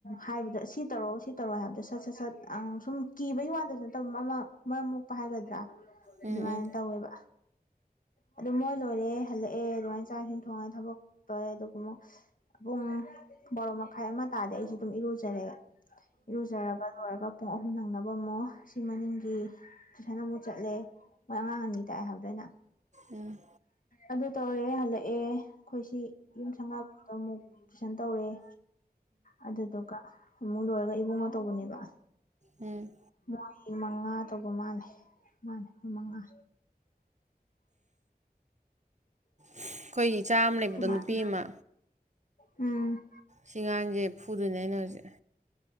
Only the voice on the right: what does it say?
ꯎꯝ
ꯎꯝ
ꯎꯝ
ꯎꯝ
ꯑꯩꯈꯣꯏꯒꯤ ꯏꯆꯥ ꯑꯃ ꯂꯩꯕꯗꯣ
ꯅꯨꯄꯤ ꯑꯃ
ꯁꯤꯒꯥꯡꯁꯦ ꯐꯨꯗꯣꯏꯅꯦ ꯑꯩꯅ ꯍꯧꯖꯤꯛ